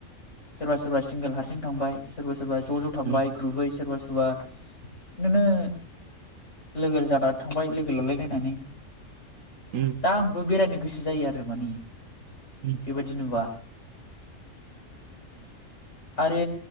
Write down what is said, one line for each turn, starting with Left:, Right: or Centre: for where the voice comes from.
Left: सोरबा सोरबा सिंगोल हारसिं थांबाय सोरबा सोरबा ज' ज' थांबाय
Right: उम
Left: ग्रुबै सोरबा सोरबा बिदिनो लोगो जानानै थांबाय लोगो लालायलायनानै
Right: उम
Left: दा आंबो बिरायनो गोसो जायो आरो माने बेबायदि
Right: उम
Left: नुबा आरो